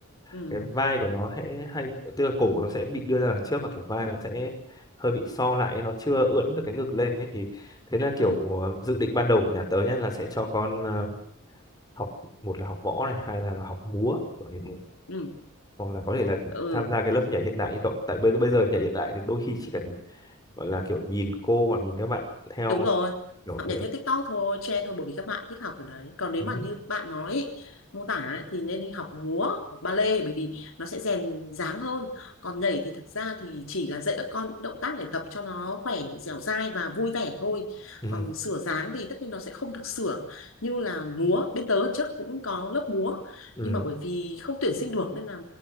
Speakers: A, on the left (about 75°); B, on the left (about 20°).
A: ừ
B: cái vai của nó sẽ hay tức là cổ của nó sẽ bị đưa ra đằng trước và kiểu vai nó sẽ hơi bị so lại nó chưa ưỡn được cái ngực lên ấy thì thế là kiểu
A: ừ
B: ờ, dự định ban đầu của nhà tớ nhé là sẽ cho con ờ, học một là học võ này hai là là học múa kiểu như thế
A: ừ
B: hoặc là có thể là
A: ừ
B: tham gia cái lớp nhảy hiện đại như cậu tại bây bây giờ nhảy hiện đại thì đôi khi chỉ cần gọi là kiểu nhìn cô hoặc nhìn các bạn theo
A: Đúng rồi,
B: kiểu
A: học
B: thế
A: nhảy theo TikTok thôi, trend thôi bởi vì các bạn thích học từ đấy. Còn nếu
B: Ừ.
A: mà như bạn nói ý, mô tả ấy, thì nên đi học múa, hoặc ballet bởi vì nó sẽ rèn dáng hơn. Còn nhảy thì thực ra thì chỉ là dạy các con những động tác để tập cho nó khỏe, dẻo dai và vui vẻ thôi.
B: ừ
A: Còn sửa dáng thì tất nhiên nó sẽ không được sửa như là múa. Bên tớ trước cũng có lớp múa
B: ừ
A: nhưng mà bởi vì không tuyển sinh được nên là